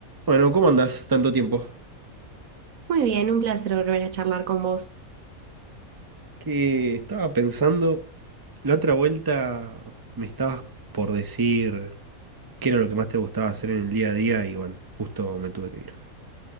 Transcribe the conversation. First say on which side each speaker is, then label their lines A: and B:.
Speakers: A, on the right; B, on the right.
A: Bueno, ¿cómo andás? Tanto tiempo.
B: Muy bien, un placer volver a charlar con vos,
A: Que estaba pensando, la otra vuelta me estabas por decir qué era lo que más te gustaba hacer en el día a día y bueno, justo me tuve que ir.